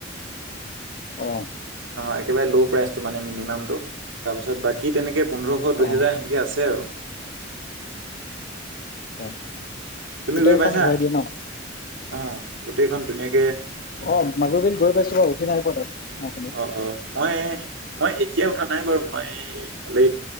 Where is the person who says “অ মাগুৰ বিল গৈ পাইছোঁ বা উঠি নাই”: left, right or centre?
Left